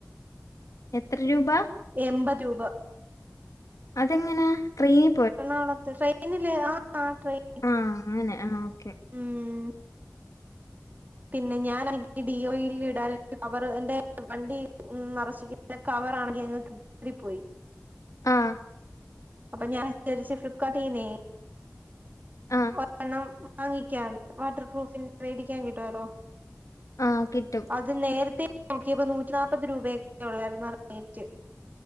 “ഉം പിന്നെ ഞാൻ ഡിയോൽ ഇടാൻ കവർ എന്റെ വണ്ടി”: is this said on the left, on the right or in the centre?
Right